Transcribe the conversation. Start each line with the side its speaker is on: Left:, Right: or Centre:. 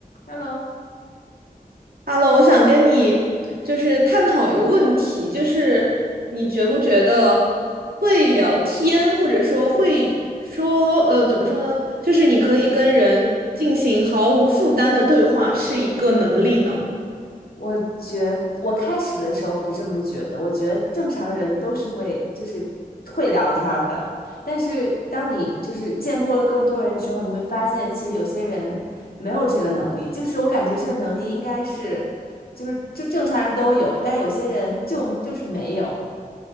Left: Hello，
Right: h e 我想跟你就是探讨一个问题，就是你觉不觉得会聊天，或者说会说，呃，怎么说呢？就是你可以跟人进行毫无负担的对话，是一个能力呢？
Left: 我觉我开始的时候不这么觉得，我觉得正常人都是会就是会聊天儿的，但是当你就是见过了更多人之后，你会发现其实有些人没有这个能力，就是我感觉这个能力应该是就是就正常人都有，但有些人就就是没有。